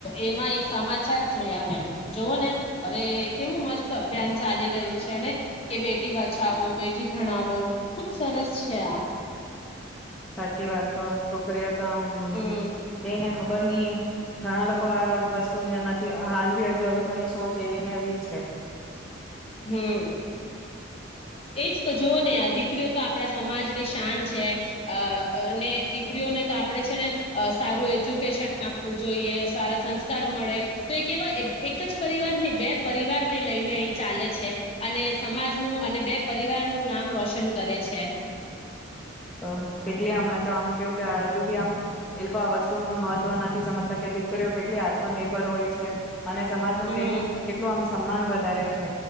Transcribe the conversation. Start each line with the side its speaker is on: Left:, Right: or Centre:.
Left: એમાં એક સમાચાર જોયા, મેં જોવ ને હવે કેવું મસ્ત અભિયાન ચાલી રહ્યું છે, ને કે બેટી બાજુ બચાવો, બેઠી ભણાવો ખુબ સરસ છે આ.
Centre: સાચી વાત. તો છોકરીઓ તમ
Left: હમ
Centre: કઈને ખબર ની ઘણા લોકો આ વસ્તુને નથી, હાલ ભી હજુ લોકોની સોચ એવી ને એવી જ છે.
Left: હમ્મ એજ તો જોવો ને આ દીકરીઓ તો આપણા સમાજની શાન છે. અ ને દીકરીઓને તો આપણે છે ને સારું એજ્યુકેશન આપવું જોઈએ, સારા સંસ્કાર મળે, તો એ કેવા અપ એક જ પરિવાર નહી બે પરિવારને લઈને એ ચાલે છે. અને સમાજનું અને બે પરિવાર નું નામ રોશન કરે છે.
Centre: તો કેટલી આમ મે તો આમ કેવું કે હજુ ભી આમ એ લોકો આ વસ્તુ ન મહત્વ નથી સમજતા. કે દીકરીઓ કેટલી આત્મનિભર હોય છે. અને સમાજ ન
Left: હમ
Centre: તેનું કેટલું આમ સન્માન વધારે છે.